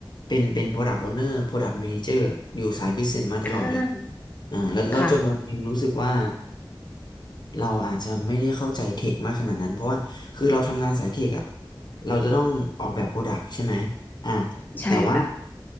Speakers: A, on the left (about 60°); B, on the left (about 20°).
A: เป็นเป็น Product Owner Product Manager อยู่สาย Business มาตลอดเลย
B: อ่า
A: อ่าแล้วแล้วจนวันหนึ่งรู้สึกว่า
B: ค่ะ
A: เราอาจจะไม่ได้เข้าใจเทคมากขนาดนั้นเพราะว่าคือเราทำงานสายเทคอะเราจะต้องออกแบบโปรดักต์ใช่ไหมอ่ะ
B: ใช่ค่ะ
A: แต่ว่า